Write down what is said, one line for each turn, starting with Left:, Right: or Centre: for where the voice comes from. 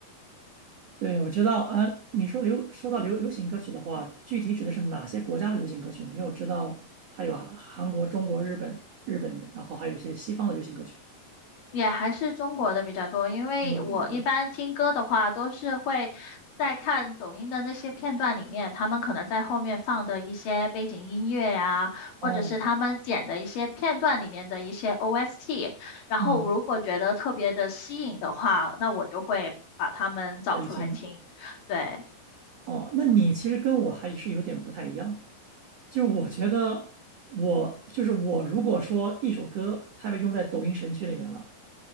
Right: 对，我知道，啊，你说流说到流流行歌曲的话，具体指的是哪些国家的流行歌曲呢？因为我知道它有韩韩国、中国、日本、日本的，然后还有一些西方的流行歌曲，
Left: <laughs> 也还是中国的比较多，因为我一般听歌的话都是会在看抖音的那些片段里面，
Right: 中国的比较多。
Left: 他们可能在后面放的一些背景音乐呀，或者是他们剪的一些片段里面的一些
Right: 哦，
Left: OST，然后如果觉得特别的吸引的话，
Right: 嗯，
Left: 那我就会把它们找出来听，
Right: 那就听。
Left: 对。
Right: 哦，那你其实跟我还是有点不太一样。就我觉得我，就是我，如果说一首歌它被用在抖音神曲里面了。